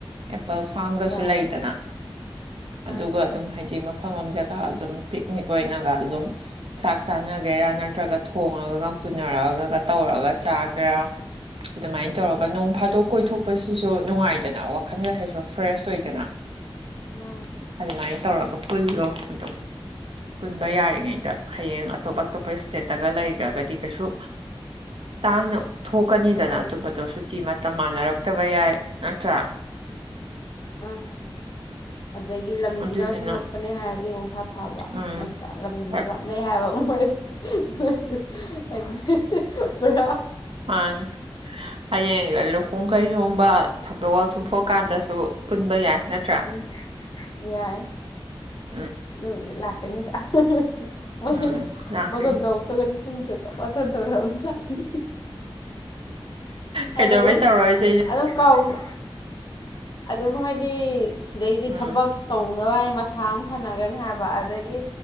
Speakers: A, on the right; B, on the left.
A: ꯑꯦꯄꯜ ꯐꯥꯔꯝꯒꯁꯨ
B: ꯂꯩꯔꯦ
A: ꯂꯩꯗꯅ
B: ꯂꯩꯔꯦ
A: ꯑꯗꯨꯒ
B: ꯑꯪ
A: ꯑꯗꯨꯝ ꯍꯥꯏꯗꯤ ꯃꯐꯝ ꯑꯃ ꯖꯛ ꯒ ꯁꯨꯝ ꯄꯤꯛꯅꯤꯛ ꯑꯣꯏꯅꯒ ꯁꯨꯝ ꯆꯥꯛ ꯆꯥꯅꯒꯦꯔꯥ ꯅꯠꯇ꯭ꯔꯒ ꯊꯣꯡꯉꯒ ꯄꯨꯅꯔꯛꯑꯒ ꯇꯧꯔꯒ ꯆꯥꯒꯦꯔꯥ ꯑꯗꯨꯃꯥꯏꯅ ꯇꯧꯔꯒ
B: ꯎꯝ
A: ꯅꯣꯡ ꯐꯥꯗꯣꯛ ꯀꯣꯏꯊꯣꯛꯄꯁꯤꯁꯨ ꯅꯨꯡꯉꯥꯏꯗꯅ ꯋꯥꯈꯜꯒꯁꯤꯁꯨ ꯐ꯭ꯔꯦꯁ ꯑꯣꯏꯗꯅ
B: ꯃꯥꯅꯦ
A: ꯑꯗꯨꯃꯥꯏ ꯇꯧꯔꯒ ꯄꯨꯜꯂꯣ ꯑꯗꯨꯝ ꯄꯨꯟꯕ ꯌꯥꯔꯤꯉꯩꯗ ꯍꯌꯦꯡ ꯑꯇꯣꯞ ꯑꯇꯣꯞꯄ ꯁ꯭ꯇꯦꯠꯇꯒ ꯂꯩꯈ꯭ꯔꯒꯗꯤ ꯀꯩꯁꯨ ꯇꯥꯡꯅ ꯊꯣꯛꯀꯅꯤꯗꯅ
B: ꯐꯪ
A: ꯑꯗꯨꯝꯕꯗꯣ ꯁꯨꯇꯤ ꯃꯇꯝ ꯃꯥꯟꯅꯔꯛꯇꯕ ꯌꯥꯏ ꯅꯠꯇ꯭ꯔꯥ
B: ꯃꯥꯅꯦ ꯑꯗꯒꯤ ꯂꯝꯖꯤꯅꯁꯨ
A: ꯑꯗꯨꯏꯗꯨꯅ
B: ꯅꯛꯄꯅꯦ ꯍꯥꯏꯔꯗꯤ ꯑꯃꯨꯛ ꯈꯔ ꯐꯕ
A: ꯎꯝ
B: ꯅꯠꯇ꯭ꯔꯥ ꯂꯝꯖꯤꯖꯨ
A: ꯍꯣꯏ
B: ꯂꯥꯞꯅꯩ ꯍꯥꯏꯕ ꯃꯣꯏ <unintelligible> ꯍꯤ ꯍꯤ ꯄꯨꯔꯥ
A: ꯃꯥꯟꯅꯦ ꯍꯌꯦꯡ ꯂꯨꯍꯣꯡ ꯀꯩꯍꯣꯡꯕ ꯊꯧꯗꯣꯛ ꯋꯥꯊꯣꯛ ꯊꯣꯛꯀꯥꯟꯗꯁꯨ ꯄꯨꯟꯕ ꯌꯥꯏ ꯅꯠꯇ꯭ꯔꯥ
B: ꯎꯨ ꯌꯥꯏ
A: <inaudible>
B: ꯑꯗꯨꯕꯨꯗꯤ ꯂꯥꯛꯀꯅꯤꯗꯥ ꯍꯥ ꯍꯥ ꯃꯣꯏ
A: ꯎꯝ ꯂꯥꯛꯈꯤꯅꯤ
B: ꯕꯥꯇꯣꯟ ꯇꯧ ꯄ꯭ꯔꯒ ꯈꯟꯗ꯭ꯔꯦꯀꯣ ꯕꯥꯇꯣꯟ ꯇꯧꯔꯒꯒꯁꯨ ꯂꯥꯛꯈꯤꯅꯤ
A: ꯀꯩꯗꯧꯕꯩ
B: ꯑꯩ ꯑꯗꯨꯝ
A: ꯇꯧꯔꯣꯏꯗꯣꯏꯅꯣꯗ
B: ꯑꯗꯨꯝ ꯀꯥꯎꯅ ꯑꯗꯨꯝ ꯍꯥꯏꯗꯤ ꯁꯤꯗꯒꯤꯗꯤ
A: ꯎꯝ
B: ꯊꯕꯛ ꯇꯧꯅꯕ ꯍꯥꯏ ꯃꯊꯥꯃꯨꯛ ꯁꯥꯟꯅꯈꯔꯥꯅꯤ ꯍꯥꯏꯕ ꯑꯗꯒꯤ